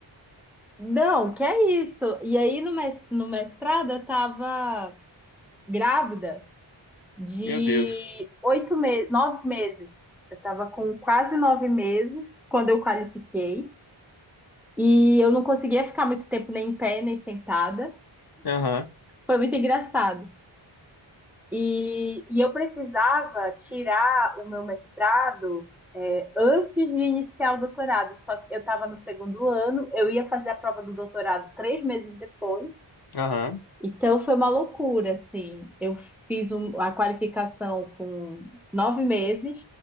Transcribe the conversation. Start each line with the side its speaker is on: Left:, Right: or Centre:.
Centre: Não, que é isso. E aí no mes- no mestrado eu estava grávida. de
Left: Meu Deus.
Centre: oito meses, nove meses. Eu estava com quase nove meses quando eu qualifiquei. E eu não conseguia ficar muito tempo nem em pé, nem sentada.
Left: Aham,
Centre: Foi muito engraçado. E, e eu precisava tirar o meu mestrado é, antes de iniciar o doutorado. Só que eu estava no segundo ano, eu ia fazer a prova do doutorado três meses depois.
Left: aham.
Centre: Então foi uma loucura, assim. Eu fiz um- a qualificação com nove meses,